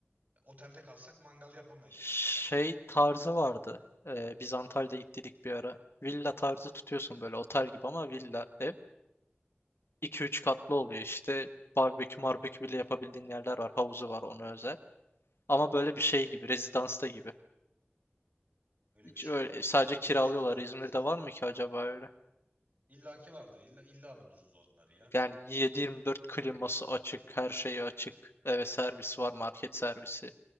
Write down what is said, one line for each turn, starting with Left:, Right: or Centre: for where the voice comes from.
Right: Otelde kalsak mangal yapamayız
Left: Şey
Right: mesela.
Left: tarzı vardı. E, biz Antalya'da gittik bir ara. Villa tarzı tutuyorsun böyle otel gibi ama villa ev. 2 üç katlı oluyor işte. Barbekü marbekü bile yapabildiğin yerler var. Havuzu var ona özel. Ama böyle bir şey gibi. Rezidansta gibi.
Right: Öyle
Left: Hiç
Right: bir şey
Left: öyle
Right: bulmak
Left: sadece
Right: hepimiz
Left: kiralıyorlar.
Right: için daha
Left: İzmir'de
Right: sağlıklı.
Left: var mı ki acaba öyle?
Right: İllaki vardır. İlla, illa buluruz onları ya.
Left: Yani 7 dört kliması açık, her şeyi açık. Eve servis var, market servisi.